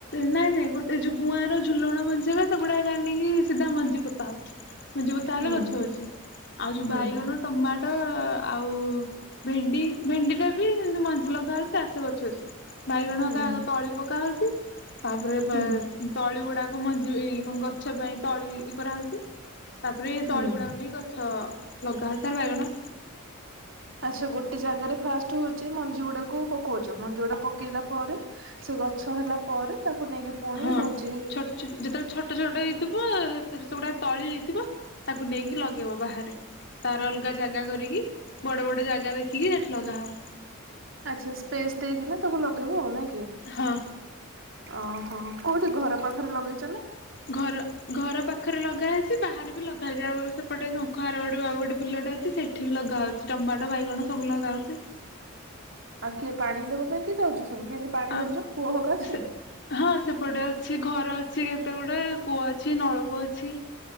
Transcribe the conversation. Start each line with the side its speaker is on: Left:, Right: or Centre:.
Left: ନାଇଁ ନାଇଁ ଗୋଟେ ସେ ଗୁଆଁର ଝୁଲଣ ମଞ୍ଜି ସେଗୁଡା କାଣିକି ସିଧା ମଞ୍ଜି ପୋତା ହେଉଛି। ମଞ୍ଜି ପୋତା ହେଲେ
Right: ହୁଁ।
Left: ଗଛ ହେଉଛି। ଆଉ ଯେଉଁ
Right: ହୁଁ
Left: ବାଇଗଣ ଟମାଟୋ ଆଉ ଭେଣ୍ଡି ଭେଣ୍ଡି ଟା ବି ସେମିତି ମଞ୍ଜି ଲଗା ହେଲେ ଆସେ ଗଛ ଅଛି। ବାଇଗଣ
Right: ହୁଁ
Left: ହେକା ଆଗ ତଳି ପକା ହେଉଛି। ତାପରେ ପେ
Right: ହୁଁ
Left: ତଳି ଗୁଡାକ ମଞ୍ଜି ଏଇ କଣ ଗଛ ପାଇଁ ତଳି କରାହଉଛି। ତାପରେ
Right: ହୁଁ।
Left: ତଳି ଗୁଡାକ ନେଇ ଗଛ ଲଗା ହଉଛି ତାର ବାଇଗଣ।
Right: ଆଚ୍ଛା ଗୋଟ୍ ଗୋଟେ ଜାଗାରେ ଫାଷ୍ଟ ହଉଛି ମଞ୍ଜି ଗୁଡାକୁ ପକଉଛ। ମଞ୍ଜି ଗୁଡା ପକେଇଲା ପରେ ସେ ଗଛ ହେଲା ପରେ ତାକୁ ନେଇକି ପୁଣି
Left: ହଁ
Right: ହଉଛି
Left: ଛୋଟ ଯେତେବେଳେ ଛୋଟ ଛୋଟ ହେଇଥିବ ସେଗୁଡା ତଳି ଥିବ ତାକୁ ନେଇକି ଲଗେଇବ ବାହାରେ ତାର ଅଲଗା ଜାଗା କରିକି ବଡ ବଡ ଜାଗା ଦେଖିକି ସେଠି ଲଗାହବ
Right: ଆଛା ସ୍ପେସ ଦେଇକିନା ତାକୁ ଲଗେଇବ ଆଉ ନାଇ କି
Left: ହଁ
Right: ଓହୋ କୋଉଠି ଘର ପାଖରେ ଲଗେଇ
Left: ଘର ଘର ପାଖରେ ଲଗା ହେଇଛି ବାହାରେ ବି ଲଗ ଖାଇାର ସେପଟେ ଶଙ୍ଖ ଆର ଗୋଟେ ଆଉ ଗୋଟେ ବିଲଟ ଅଛି ସେଠି ବି ଲଗା ହଉଛି ଟମାଟୋ ବାଇଗଣ ସବୁ ଲଗା ହଉଛି।
Right: ଆଉ କିଏ ପାଣି ଦବା ପାଇଁ କି ଯାଉଛି ସବୁ କେମିତି ପାଣି
Left: ଆ
Right: ଦଉଛ ଖୁହହୋକ ଅଛି।
Left: ସେ ହଁ ସେପଟେ ଅଛି ଘର ଅଛି କେତେ ଗୁଟେ କୂଅ ଅଛି ନଳକୂଅ ଅଛି।